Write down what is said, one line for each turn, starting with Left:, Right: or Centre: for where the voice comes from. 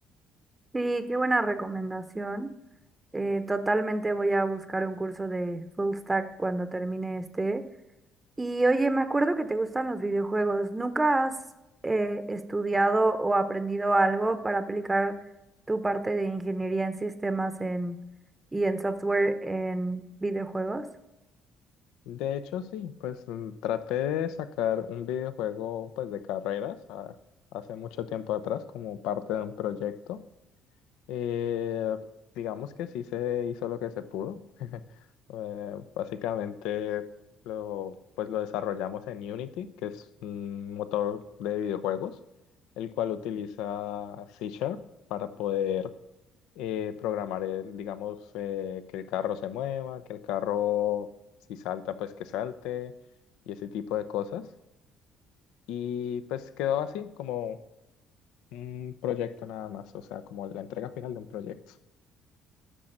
Right: Sí, qué buena recomendación. Eh, totalmente voy a buscar un curso de full stack cuando termine este. Y oye, me acuerdo que te gustan los videojuegos. ¿Nunca has eh, estudiado o aprendido algo para aplicar tu parte de ingeniería en sistemas en, y en software en videojuegos?
Left: De hecho, sí, pues mm, traté de sacar un videojuego pues de carreras ah, hace mucho tiempo atrás como parte de un proyecto. Eh, digamos que sí se hizo lo que se pudo. <laughs> Eh, básicamente lo, pues lo desarrollamos en Unity, que es un motor de videojuegos, el cual utiliza C Sharp para poder eh, programar, el, digamos, eh, que el carro se mueva, que el carro si salta, pues que salte y ese tipo de cosas. Y pues quedó así como un proyecto nada más, o sea, como la entrega final de un proyecto.